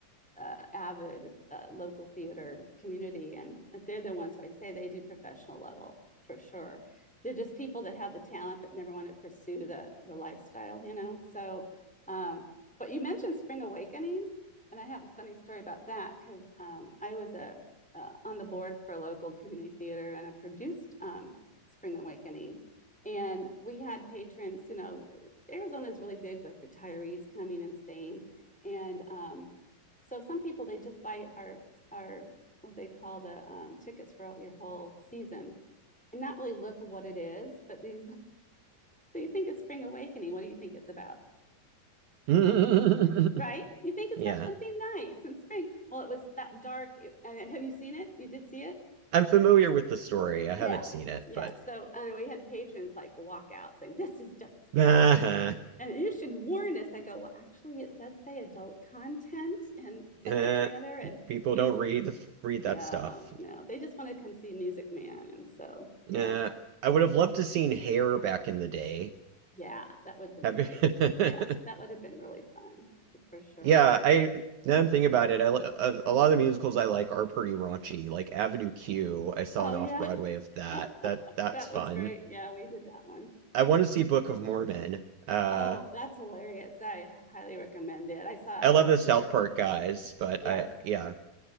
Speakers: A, in the centre; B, on the right.
A: uh, avid uh, local theater community, and they're the ones who I say they do professional level for sure. They're just people that have the talent but never want to pursue the the lifestyle, you know. So, um, but you mentioned Spring Awakening, and I have a funny story about that because um, I was a uh, on the board for a local community theater, and I produced um, Spring Awakening. And we had patrons, you know, Arizona is really big with retirees coming and staying. And um, so some people they just buy our our what they call the um, tickets for your whole season and not really look what it is. But these, <laughs> so you think it's spring awakening? What do you think it's about?
B: <laughs>
A: Right? You think it's
B: Yeah.
A: about something nice and spring. Well, it was that dark. It, uh, have you seen it? You did see it?
B: I'm familiar with the story. I
A: Yeah,
B: haven't seen it,
A: yeah.
B: but
A: So and we had patrons like walk out saying this is disgusting,
B: <laughs>
A: and you should warn us. I go, well, actually, it does say adult content and subject
B: Eh,
A: matter, and
B: people
A: be
B: don't read read
A: No,
B: that stuff.
A: no. They just want to come see Music Man. And so, yeah,
B: Eh, I would have loved to seen Hair back in the day.
A: yeah, that would have been
B: Have
A: great.
B: you? <laughs>
A: Yeah, that would have been really fun for sure.
B: Yeah, I now I'm thinking about it. I li- a, a lot of the musicals I like are pretty raunchy. Like Avenue Q, I saw
A: Oh,
B: an
A: yeah,
B: off-Broadway of that.
A: <laughs>
B: That that's
A: that
B: fun.
A: was great. Yeah, we did that one.
B: I want to see Book of Mormon. Uh,
A: Oh, that's hilarious. I highly recommend it. I saw it
B: I
A: on
B: love
A: the
B: the
A: tour.
B: South Park guys, but
A: Yes.
B: I yeah.